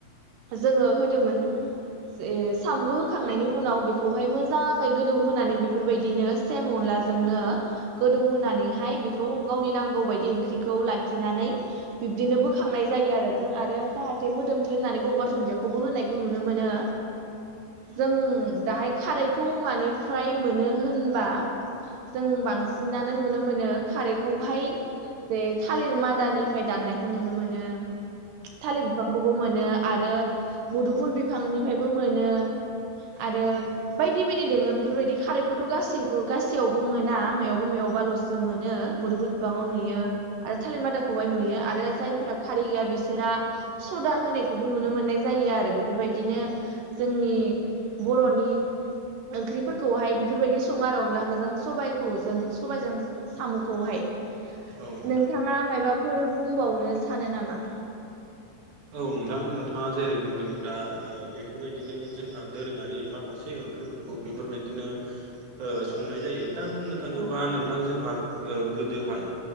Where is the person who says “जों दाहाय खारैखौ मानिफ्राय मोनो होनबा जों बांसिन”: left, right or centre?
Right